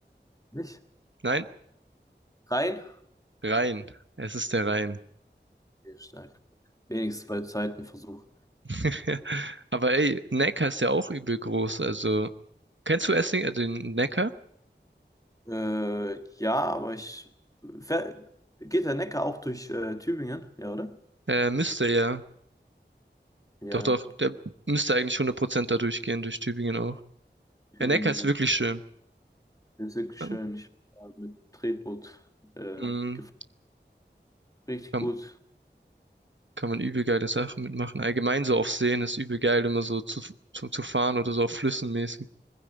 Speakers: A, on the left; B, on the right.
A: Nicht?
B: nein,
A: Rein?
B: Rhein. Es ist der Rhein.
A: Okay, stark. Wenigstens bei zweiten Versuch.
B: <laughs> Aber ey, Neckar ist ja auch übel groß. Also, kennst du Essling, äh, den Neckar?
A: Äh, ja, aber ich. Ver- Geht der Neckar auch durch äh, Tübingen? Ja, oder?
B: Äh, müsste ja.
A: Ja,
B: Doch, doch, der müsste eigentlich 100% da durchgehen, durch Tübingen auch.
A: Tübingen
B: Der Neckar ist
A: ist,
B: wirklich schön.
A: ist wirklich
B: Ja.
A: schön. Ich war mit Tretboot äh,
B: Hm,
A: gef- richtig
B: kann,
A: gut.
B: kann man übel geile Sachen mitmachen. Allgemein so auf Seen ist übel geil, immer so zu, zu, zu fahren oder so auf Flüssen mäßig.